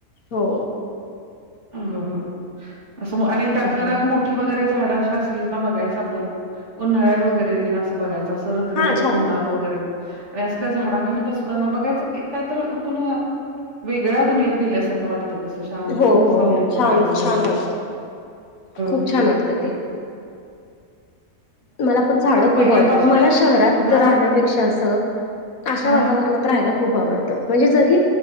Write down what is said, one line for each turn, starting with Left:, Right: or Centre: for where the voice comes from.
Left: हो
Right: हो असं आणि त्यातलं
Left: त्यामुळे
Right: त्यात मोठ मोठी वगैरे झाड अे असलीत ना बघाचं आपण उन्हाळ्या वगैरे ते ना असं बघायचं असं र खर
Left: हा
Right: तर
Left: छान
Right: उन्हात वगैरे आणि असं त्या झाडाखाली बसलं ना बघायच एक काय तरी आपण वेगळ्या दुनियेत गेल्यासारखं वाटतं तस शांत
Left: हो हो
Right: सावलीत
Left: हो
Right: वगैरे
Left: छान
Right: बसल्यावर
Left: छान वाटत खूप
Right: अ
Left: छान वाटतं ते. मला पण झाडं खूप
Right: पहिल्यापासूनच
Left: आवडतात मला शहरात
Right: झाड
Left: राहण्यापेक्षा असं अशा
Right: हा
Left: वातावरणात राहायला खूप आवडतं. म्हणजे जरी